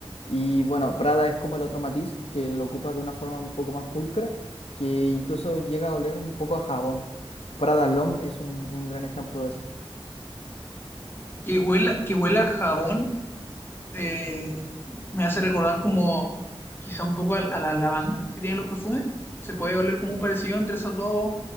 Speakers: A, on the left; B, on the left.
A: Y bueno, Prada es como el otro matiz, que lo ocupa de una forma un poco más pulcra que incluso llega a oler un poco a jabón. Prada L'Homme es un, un gran ejemplo de eso.
B: Que huela, que huela a jabón eh, me hace recordar como quizá un poco a, a la lavanda que tienen los perfumes. ¿Se puede oler como un parecido entre esos dos